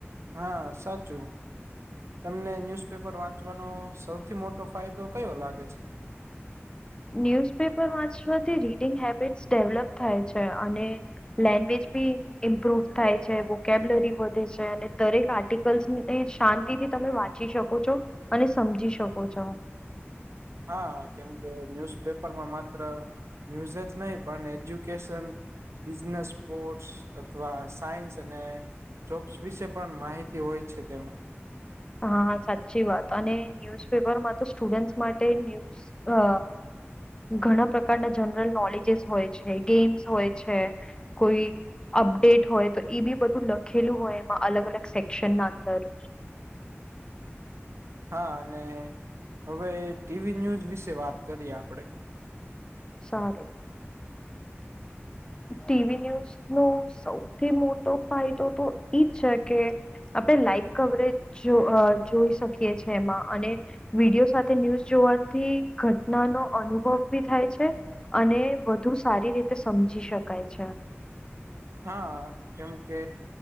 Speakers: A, on the right; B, on the left.
A: હા સાચું, તમને ન્યુઝપેપર વાંચવાનો, સૌથી મોટો ફાયદો કયો લાગે છે. <unintelligible> <inaudible>
B: ન્યૂઝપેપર વાંચવાથી રીડિંગ, હેબિટ્સ ડેવલપ છે. અને, લેંગ્વેજ ભી ઇમ્પ્રુવ થાય છે, વોકેબ્લરી વધે છે, અને દરેક આર્ટિકલ્સ ને શાંતિથી તમે વાંચ વાચી શકો છો, અને સમજી શકો છો,
A: હા કેમ કે ન્યુઝપેપરમાં માત્ર, ન્યૂઝ જ નહી, પણ એજ્યુકેશન, બિઝનેસ સ્પોર્ટસ, અથવા સાયન્સ, અને, જોબ્સ વિશે પણ માહિતી હોય છે. તેમાં,
B: હા સાચી વાત અને ન્યૂઝપેપરમાં, તો સ્ટુડન્ટ્સ માટે ન્યૂઝ અ, ઘણા પ્રકારના જનરલ નોલેજીસ, હોય છે ગેમ્સ હોય છે કોઈ, અપડેટ હોય તો એ બી બધું, લખેલું હોય એમાં અલગ અલગ સેક્શન ના અંદર,
A: હા અને હવે ટીવી ન્યૂઝ વિશે વાત કરીએ આપણેે,
B: સારુ, ટીવી ન્યૂઝ નો સૌથી મોટો ફાયદો તો એજ છે કે, આપણે લાઈવ કવરેજ જો જોઈ શકીએ છીએ એમાં અને, વિડીયો સાથે ન્યૂઝ જોવાથી ઘટના, નો અનુભવ બી થાય છે. અને વધુ સારી રીતે સમજી, શકાય છે.
A: હા કેમકે,